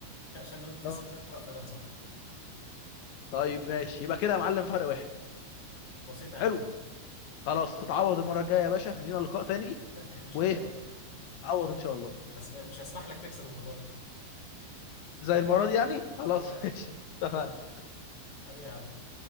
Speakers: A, on the left (about 35°); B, on the left (about 80°).
A: <laughs> عشان قلت تسال
B: اه
A: اقرا فلان صح
B: طيب ماشي يبقى كده يا معلم فرق واحد
A: بسيطه يا
B: حلو
A: عم
B: خلاص تتعوض المرة الجاية يا باشا لينا لقاء تاني
A: <laughs> ان شاء
B: وايه
A: الله
B: تعوض ان شاء الله
A: بس م- مش هسمح لك تكسب المره دي
B: زي المرة دي يعني خلاص
A: بالظبط
B: <laughs> ماشي اتفقنا
A: حبيبي يا عم